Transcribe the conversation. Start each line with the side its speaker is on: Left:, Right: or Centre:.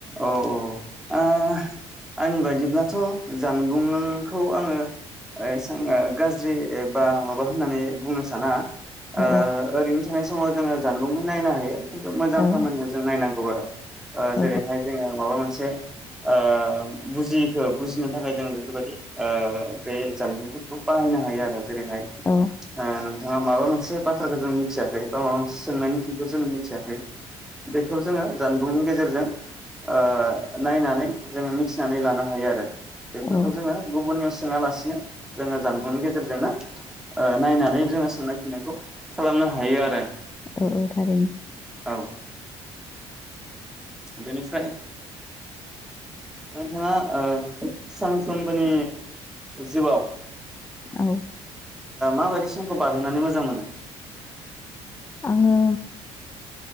Centre: अ अ आ आंनि बायदिब्लाथ' जानबुंखौ आङो एसां ओ गाज्रि एबा माबा होननानै बुंनो साना
Left: औ
Centre: ओ ओरैनो थानाय समाव जोङो जानबुंखो नायनो हायो खिन्थु मोजां
Left: औ
Centre: खामानियाव जों नायनांगौ आरो ओ
Left: औ
Centre: जेरैहाय माबा मोनसे ओ बुजियिखो बुजिनो थाखाय जोङो बेफोरबादि ओ बे जानबुंफोरखौ बाहायनो हायो आरो जेरैहाय ओ
Left: औ
Centre: नोंथाङा माबा मोन से बाथ्राखो जों मिथियाखै बा माबा मोनसे सोंनायनि फिनखो जोङो मिथियाखै बेखौ जोङो जानबुंनि गेजेरजों ओ नायनानै जोङो मिथिनानै लानो हायो आरो बेफोरखौ
Left: औ
Centre: जोङो गुबुननियाव <unintelligible> जोङो जानबुंनि गेजेरजोंनो ओ नायनानै जोङो सोंनाय फिननायखौ खालामनो हायो आरो
Left: औ औ थारैनो
Centre: औ बेनिफ्राय नोंथाङा सानफ्रोमबोनि जिउआव
Left: औ
Centre: माबायदि समखौ बारहोनानै मोजां मोनो
Left: आङो